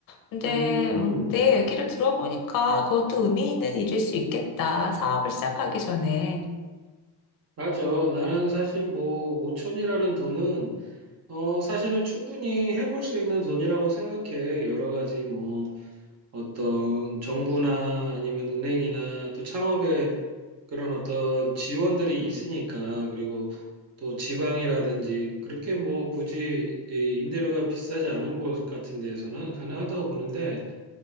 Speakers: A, on the left; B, on the right.
A: 근데
B: 음.
A: 음, 내 얘기를 들어보니까 그것도 의미 있는 일일 수 있겠다. 사업을 시작하기 전에.
B: 맞아. 나는 사실 뭐 5천이라는 돈은 어 사실은 충분히 해볼 수 있는 돈이라고 생각해. 여러 가지 뭐 어떤 정부나 아니면 은행이나 또 창업에 그런 어떤 지원들이 있으니까 그리고 또 지방이라든지 그렇게 뭐 굳이 이 임대료가 비싸지 않은 곳 같은 데에서는 가능하다고 보는데